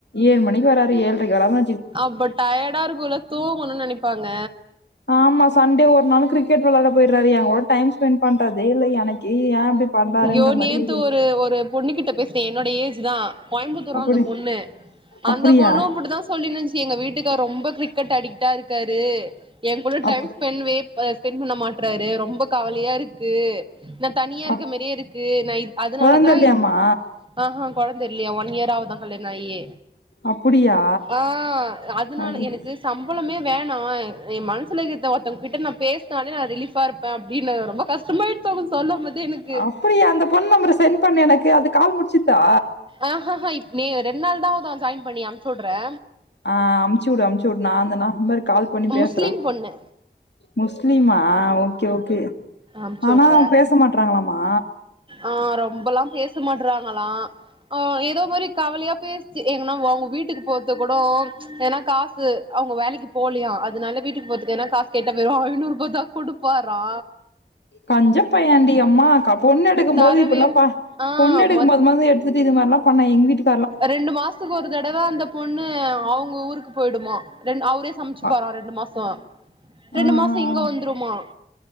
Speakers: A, on the left; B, on the right.
A: ஏழு மணிக்கு வர்றாரு ஏழ்ரைக்கு வராங்க
B: அப்ப டயர்டா இருக்குல்ல தூங்கணுன்னு நெனைப்பாங்க
A: ஆமா சண்டே ஒரு நாளு கிரிக்கெட் விளாட போயிரு றாரு ஏ கூட டைம் ஸ்பெண்ட் பண்றதே இல்ல எனக்கே இது ஏ இப்டி பண்றாருன்ற
B: அய்யோ
A: மாரி
B: நேத்து
A: இருக்கு
B: ஒரு ஒரு பொண்ணு கிட்ட பேசுனே என்னோட ஏஜ் தா கோயம்புத்தூரா
A: அப்டி
B: அந்த பொண்ணு
A: அப்டியா
B: அந்த பொண்ணு இப்டிதா சொல்லின்னுருன்ச்சி எங்க வீட்டுக்காரர் ரொம்ப கிரிக்கெட் அடிக்டா இருக்காரு ஏ கூட
A: அப்
B: டைம் ஸ்பெண்ட் வே ஆ ஸ்பெண்ட் பண்ண மாட்டறாரு ரொம்ப கவலையா இருக்கு நா தனியா
A: அப்
B: இருக்க மேரியே இருக்கு நா இ அதுனாலதா
A: கொழந்த இல்லையாமா
B: ஆ ஹா கொழந்தை இல்லியா ஒன் இயர் ஆவுதா கல்யாண ஆயி
A: அப்புடியா
B: ஆ அதுனால
A: ஐயோ
B: எனக்கு சம்பளமே வேணா ஏ மனசுலகிறத ஒர்த்தவுங்க கிட்ட நா பேசினாலே நா ரிலீஃபா இருப் பே அப்டின்னா ரொம்ப கஷ்டமாயிட்து அவங்க சொல்லம் போதே எனக்
A: அப்டியா அந்த பொண்ணு நம்பரை செண்ட் பண்ணு எனக்கு அது கால் முடிச்சுத்தா
B: ஆஹஹஹ இப் நே ரெண்நாள்தா ஆவுதா ஜாயின் பண்ணி அம்ச்சி வுடுறே
A: ஆ அம்ச்சுவுடு அம்ச்சுவுடு நா அந்த நம்பர்க்கு கால் பண்ணி பேசுறே
B: முஸ்லிம் பொண்ணு
A: முஸ்லிமா ஆ ஓகே ஓகே
B: அனுப்ச்சு
A: ஆனா
B: வுட்றே
A: பேச மாட்றாங்களாமா
B: ஆ ரொம்பல்லா பேசமாட்றாங்களா ஆ எதோ மாறி கவலையா பேசுச்சு எங்கன்னா வா அவுங்க வீட்டுக்கு போற்றதுக்கு கூடோ எதுனா காசு அவுங்க வேலக்கி போலையா அதுனால வீட்டுக்கு போறதுக்கு எதுனா காசு கேட்டா வெறு ஐந்நூறுபாதாக் குடுப் பாறா
A: கஞ்சப் பையண்டி அம்மா கா பொண்ணு எடுக்கும்
B: தரவே
A: போது இப்பல்லா பா
B: ஆ
A: பொண்ணு எடுக்கும்
B: மத்
A: போது மட்டு எடுத்துட்டு இதுமாரில்லா பண்ணா எங்க வீட்டுக்கு
B: ரெண்டு மாசத்துக்கு ஒரு தடவ அந்த பொண்ணு அவங்க ஊருக்கு போயிடுமா ரெண் அவர் இப்டியே சமச்சுப்பறா
A: ஆ
B: ரெண்டு மாசோ ரெண்டு
A: ஆ
B: மாசோ இங்க
A: ஆ
B: வந்துருமா